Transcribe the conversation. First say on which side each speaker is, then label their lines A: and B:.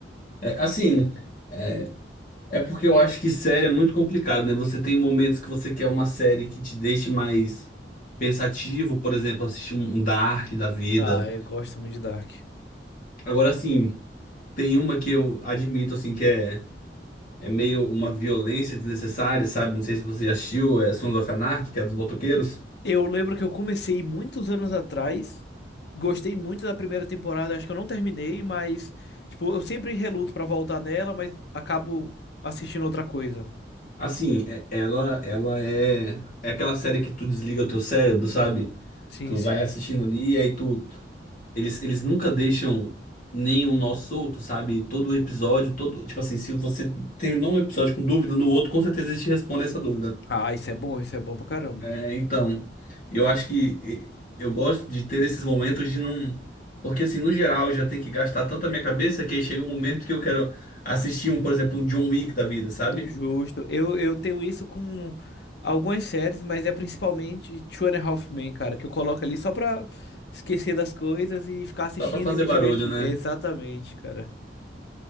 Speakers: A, on the left; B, on the left.
A: É, assim, é, é porque eu acho que série é muito complicado, né? Você tem momentos que você quer uma série que te deixe mais pensativo, por exemplo, assistir um um Dark da vida.
B: Ah, eu gosto muito de Dark.
A: Agora, assim, tem uma que eu admito, assim, que é é meio uma violência desnecessária, sabe? Não sei se você já assistiu, é Sons of Anarchy, que é dos motoqueiros.
B: Eu lembro que eu comecei muitos anos atrás, gostei muito da primeira temporada, acho que eu não terminei, mas, tipo, eu sempre reluto pra voltar nela, mas acabo assistindo outra coisa.
A: Assim, é- ela ela é, é aquela série que tu desliga o teu cérebro, sabe?
B: Sim,
A: Tu
B: sim.
A: vai assistindo ali e aí tu eles eles nunca deixam nenhum nó solto, sabe? Todo episódio, todo, tipo assim, se você terminou um episódio com dúvida, no outro com certeza eles te respondem essa dúvida.
B: Ah, isso é bom, isso é bom pra caramba.
A: É, então, eu acho que eh, eu gosto de ter esses momentos de não. Porque, assim, no geral, eu já tenho que gastar tanta minha cabeça que aí chega um momento que eu quero assistir um, por exemplo, um John Wick da vida, sabe?
B: Justo. Eu, eu tenho isso com algumas séries, mas é principalmente Two and a Half Men, cara, que eu coloco ali só pra esquecer das coisas e ficar assistindo
A: Só pra fazer
B: e me
A: barulho,
B: divertir.
A: né?
B: Exatamente, cara.